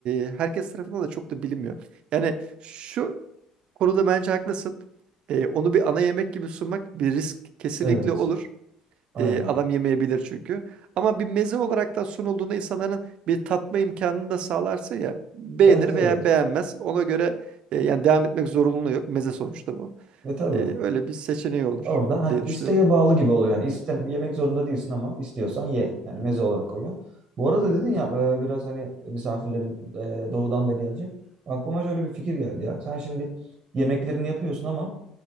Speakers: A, on the right; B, on the right.
A: e, herkes tarafından da çok da bilinmiyor. Yani şu konuda bence haklısın. E, onu bir ana yemek gibi sunmak bir risk kesinlikle
B: Evet.
A: olur.
B: Aynen.
A: E, adam yemeyebilir çünkü. Ama bir meze olarak da sunulduğunda insanların bir tatma imkanını da sağlarsa ya beğenir
B: Evet evet.
A: veya beğenmez. Ona göre e, yani devam etmek zorunluluğu yok. Meze sonuçta bu.
B: Ve tabii.
A: E, öyle bir seçeneği olur
B: Orada hani
A: diye düşünüyorum.
B: isteğe bağlı gibi oluyor yani. İste, yemek zorunda değilsin ama istiyorsan ye. Yani meze olarak koyuyor. Bu arada
A: Hı.
B: dedin ya e, biraz hani misafirlerim e, doğudan da gelecek. Aklıma şöyle bir fikir geldi ya. Sen şimdi yemeklerini yapıyorsun ama